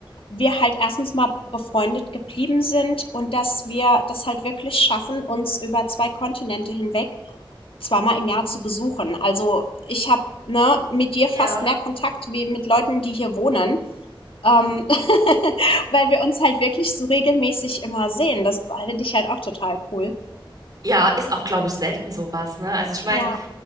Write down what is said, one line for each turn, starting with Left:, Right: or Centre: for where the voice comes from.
Left: wir halt erstens mal befreundet geblieben sind und dass wir das halt wirklich schaffen, uns über zwei Kontinente hinweg zweimal im Jahr zu besuchen. Also ich habe ne, mit dir
Right: Ja.
Left: fast mehr Kontakt wie mit Leuten, die hier wohnen, ähm, <laughs> weil wir uns halt wirklich so regelmäßig immer sehen. Das finde ich halt auch total cool.
Right: Ja, ist auch, glaube ich, selten sowas, ne? Also ich meine,
Left: Ja.